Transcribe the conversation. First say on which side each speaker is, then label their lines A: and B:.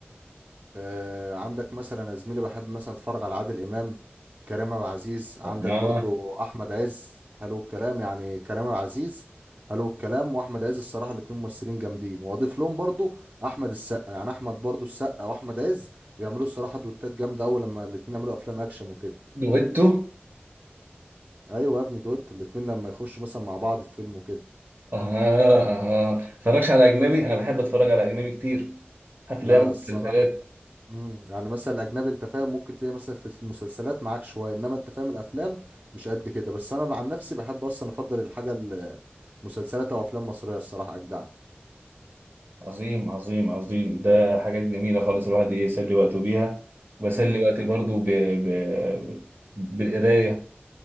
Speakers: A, on the right; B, on the right.
A: آه، عندك مثلا يا زميلي بحب مثلا اتفرج على عادل امام كريم عبد العزيز عندك
B: آه
A: برضو احمد عز حلو الكلام يعني كريم عبد العزيز حلو الكلام واحمد عز الصراحه الاتنين ممثلين جامدين واضيف لهم برضو احمد السقا يعني احمد برضو السقا واحمد عز بيعملوا الصراحه دوتات جامده قوي لما الاتنين يعملوا افلام اكشن وكده
B: دويتو
A: ايوه يا ابني دوت الاتنين لما يخشوا مثلا مع بعض في فيلم وكده
B: أها أها متفرجش على أجنبي؟ أنا بحب أتفرج على أجنبي كتير أفلام
A: لا
B: ومسلسلات
A: الصراحه امم يعني مثلا الاجنبي انت فاهم ممكن تلاقي مثلا في المسلسلات معاك شويه انما انت فاهم الافلام مش قد كده بس انا عن نفسي بحب اصلا افضل الحاجه ال- مسلسلات او افلام مصريه الصراحه اجدع
B: عظيم عظيم عظيم ده حاجات جميلة خالص الواحد يسلي وقته بيها بسلي
A: امم
B: وقتي برضو ب... ب... بالقراية